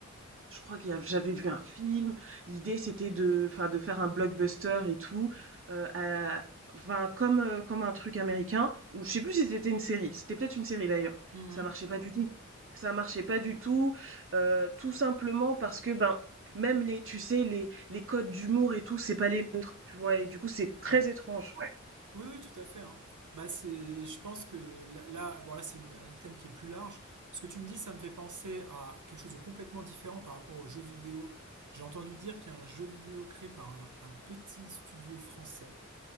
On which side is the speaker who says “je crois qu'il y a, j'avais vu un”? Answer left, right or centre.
Right